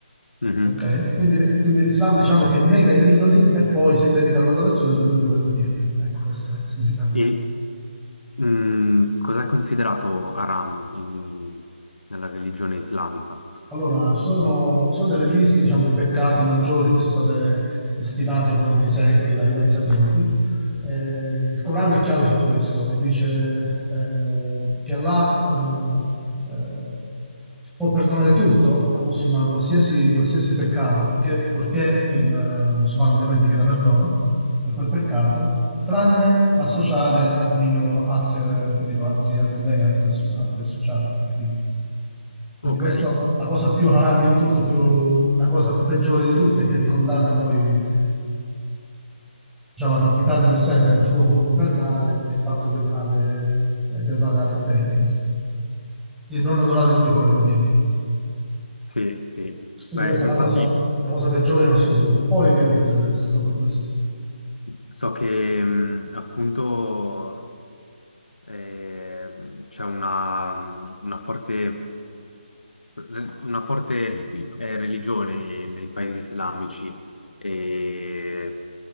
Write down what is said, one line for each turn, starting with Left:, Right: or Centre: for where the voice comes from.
Left: Mhm.
Centre: Ok? Quindi, quindi l'Islam diciamo che nega gli idoli e poi si dedica all'adorazione dell'unico vero Dio. Ecco, questo è il significato.
Left: E mm, cosa è considerato haram in- nella religione islamica?
Centre: Allora, ci sono, ci sono delle liste, diciamo, di peccati maggiori che sono state stilate poi nei secoli dai vari sapienti. Eh, il Corano è chiaro su questo e dice eh, che Allah eh, eh, può perdonare tutto al musulmano, qualsiasi, qualsiasi peccato, purché, purché il musulmano ovviamente chieda perdono per quel peccato, tranne l'associare a Dio altre, capito, altri, altri dei, altri, asso- altri associati, capito? Quindi
Left: Ok.
Centre: questo, la cosa più haram in tutto, più, la cosa peggiore di tutte è che ti condanna poi, eh, diciamo, ad abitare per sempre nel fuoco infernale e il fatto di adorare, eh, di adorare altri dei, capito? Di non adorare l'unico vero Dio.
Left: Sì, sì.
Centre: Quindi
Left: Beh,
Centre: questa
Left: infatti
Centre: è la cosa, la cosa peggiore in assoluto. Poi viene tutto il resto dopo di questo.
Left: so che mm, appunto eh, c'è una, una forte re- una forte eh, religione nei paesi islamici e